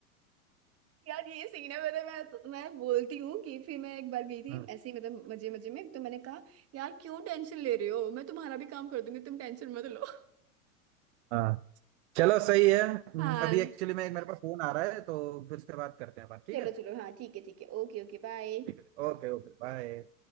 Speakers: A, on the right; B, on the right.
A: यार ये सीन है मतलब मैं तो, मैं बोलती हूँ कि फिर मैं एक बार गई थी
B: भाई
A: ऐसे ही मतलब मजे मजे में तो मैंने कहा यार क्यों टेंशन ले रहे हो मैं तुम्हारा भी काम कर दूंगी तुम टेंशन मत लो
B: हाँ चलो सही है हम्म,
A: हाँ
B: अभी एक्चुअली में एक मेरे पास फोन आ रहा है तो फिर उसके बाद करते हैं बात ठीक
A: चलो
B: है
A: चलो हाँ ठीक है ठीक है ओके ओके बाय
B: ठीक है Okay okay bye